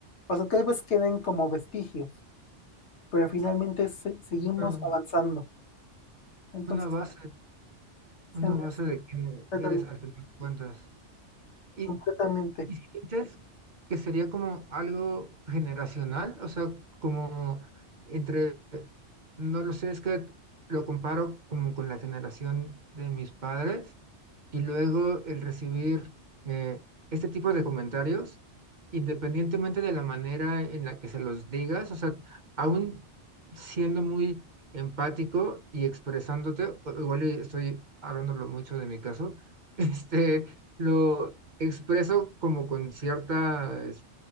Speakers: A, on the left; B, on the right.
A: o sea, tal vez queden como vestigios, pero finalmente se- seguimos
B: Una,
A: avanzando. Entonces,
B: una base,
A: se
B: una
A: me hace
B: base de quién
A: completam-
B: eres al final de cuentas. Y,
A: completamente.
B: ¿Y si sientes que sería como algo generacional? O sea, como entre, no lo sé, es que lo comparo como con la generación de mis padres y luego el recibir eh, este tipo de comentarios, independientemente de la manera en la que se los digas, o sea, aún siendo muy empático y expresándote, o- igual y estoy hablándolo mucho de mi caso, <laughs> este... Lo, expreso como con cierta, es-